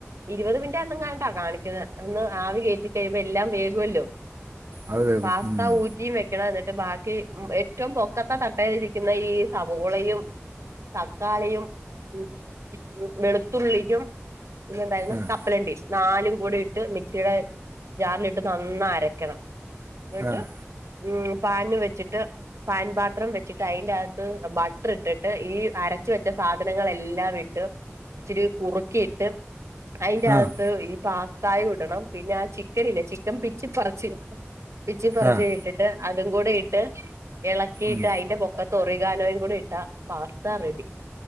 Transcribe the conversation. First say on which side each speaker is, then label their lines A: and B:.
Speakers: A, on the right; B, on the right.
A: ഇരുപത് മിനിറ്റ് എന്നയേണ്ടേ കാണിക്കുന്ന ഒന്ന് ആവി കയറ്റി കഴിയുമ്പോ എല്ലാം വെക്കുമല്ലോ.
B: അത് കേൾക്കും
A: പാസ്ത
B: ഉം
A: ഊറ്റിയും വെക്കണ എന്നി ബാക്കി ഉം ഏറ്റവും പൊക്കത്തെ തട്ടയില് ഇരിക്കുന്ന ഈ സവോളയും തക്കാളിയും ഉം വെളുത്തുള്ളിക്കും. പിന്നെ എന്തായിരുന്നു
B: ആഹ്
A: കപ്പലണ്ടി. നാലും കൂടി ഇട്ട് മിക്സിയുടെ ജാറിലിട്ട് നന്നാ അരക്കണം. വെട്ട്
B: ആഹ്
A: ഉം പാന് വെച്ചിട്ട് പാൻ പാത്രം വെച്ചിട്ട് അതിന്റെ അകത്ത് ബട്ടർ ഇട്ടിട്ട് ഈ അരച്ച വെച്ച സാധനങ്ങളെല്ലാം ഇട്ട് ഇച്ചിരി കുറുക്കിയിട്ട്. അയിന്റെ അകത്ത്
B: ആഹ്
A: ഈ പാസ്തായും. ക്കണം പിന്നെ ആ ചിക്കൻ ഇല്ലേ ചിക്കൻ പിച്ചി പറച്ച്. പിച്ചി പറച്ച്
B: ആഹ്
A: ഇട്ടിട്ട്. അതും കൂടെ ഇട്ട്. ഇളക്കിയിട്ട്
B: ഉം
A: അതിന്റെ പൊക്കൊത്ത <unintelligible> കൂടി ഇട്ടാ പാസ്ത റെഡി.